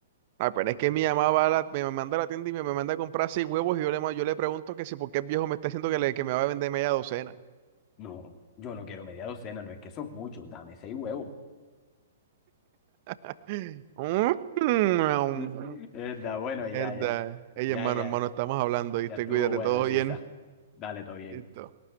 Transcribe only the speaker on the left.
No, yo no quiero media docena, no es que eso es mucho, dame seis huevos.
<laughs> Eh, Da, bueno, ya,
ya,
ya,
ya,
ya estuvo
bueno,
Sisa.
Dale, todo bien.